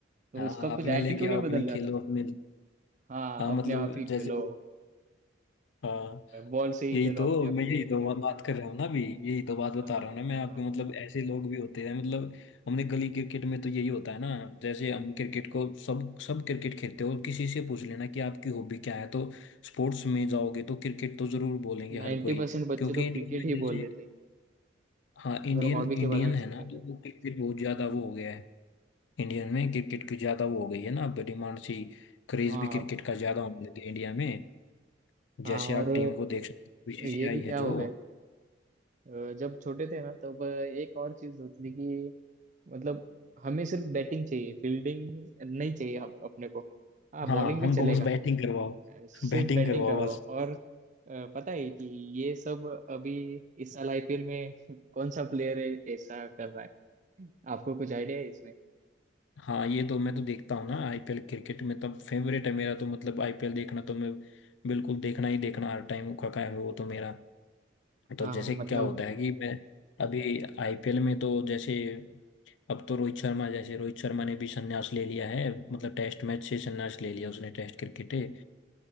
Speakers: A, on the right; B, on the left.
A: तो
B: हाँ
A: उसका कुछ
B: अपना लेके
A: एटीट्यूड ही
B: आओ अपने
A: बदल जाता
B: खेलो
A: था
B: अपने
A: हाँ
B: हाँ मतलब
A: अपने आप ही
B: जैसे
A: खेलो
B: हाँ
A: बॉल से ही
B: यही
A: खेलो
B: तो
A: अपने अपने
B: मैं यही
A: सिर्फ
B: तो बा- बात कर रहा हूँ ना अभी यही तो बात बता
A: हाँ
B: रहा हूँ ना
A: हाँ
B: मैं आपको
A: हाँ
B: मतलब
A: हाँ
B: ऐसे लोग भी होते हैं मतलब हमने गली क्रिकेट में तो यही होता है ना जैसे हम क्रिकेट को सब सब क्रिकेट खेलते हो किसी से पूछ लेना कि आपकी हॉबी क्या है तो स्पोर्ट्स में जाओगे तो क्रिकेट तो जरूर बोलेंगे हर
A: नाइन्टी
B: कोई
A: परसेंट बच्चे
B: क्योंकि
A: तो क्रिकेट
B: इंडिया में
A: ही
B: जैसे
A: बोल देते हैं,
B: हाँ
A: अगर
B: इंडियन
A: हॉबी के
B: इंडियन
A: बारे में
B: है
A: पूछा
B: ना
A: जाए
B: तो
A: तो
B: वो क्रिकेट बहुत ज्यादा वो हो गया है इंडियन में क्रिकेट की ज्यादा वो हो गई है ना अब डिमांड सी क्रेज
A: हाँ
B: भी क्रिकेट का ज्यादा होने लगे इंडिया में
A: हाँ
B: जैसे
A: और
B: आप टीम को देख सकते हो बीसीसीआई
A: ये भी क्या
B: है जो
A: हो गया अ, जब छोटे थे ना तब एक और चीज होती थी मतलब हमें सिर्फ बैटिंग चाहिए फील्डिंग नहीं चाहिए हम अपने को हाँ
B: हाँ
A: बॉलिंग भी
B: हमको
A: चलेगा
B: बस बैटिंग करवाओ
A: सिर्फ
B: बैटिंग
A: बैटिंग
B: करवाओ
A: कराओ
B: बस
A: और अ, पता है कि ये सब अभी इस साल आईपीएल में <laughs> कौन सा प्लेयर है ऐसा कर रहा है आपको कुछ आइडिया है इसमें
B: हाँ ये तो मैं तो देखता हूँ ना आईपीएल क्रिकेट में तो फेवरेट है मेरा तो मतलब आईपीएल देखना तो मैं बिल्कुल देखना ही देखना हर टाइम का काम है वो तो मेरा
A: हाँ
B: तो जैसे
A: मतलब
B: क्या होता है कि मैं अभी आईपीएल में तो जैसे अब तो रोहित शर्मा जैसे रोहित शर्मा ने भी संन्यास ले लिया है मतलब टेस्ट मैच से संन्यास ले लिया उसने टेस्ट क्रिकेट है